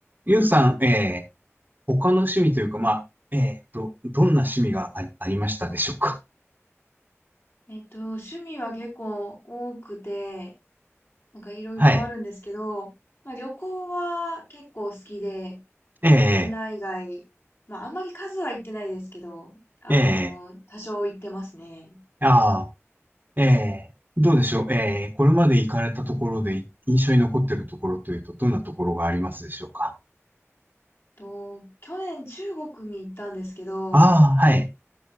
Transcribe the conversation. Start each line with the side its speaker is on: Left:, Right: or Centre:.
Right: ゆうさん、えー、他の趣味というか、まあ、えーと、どんな趣味があり、ありましたでしょうか
Left: えっと、趣味は結構多くて、なんかいろいろあるんですけど、
Right: はい。
Left: まあ、旅行は結構好きで、
Right: え
Left: 国内外、まああんまり数は行ってないですけど、あの、
Right: ー、え
Left: 多少行ってますね。
Right: ー、あー、えー、どうでしょうえー、これまで行かれたところで印象に残っているところというと、どんなところがありますでしょうか
Left: と、去年中国に行ったんですけど、
Right: ああー、はい。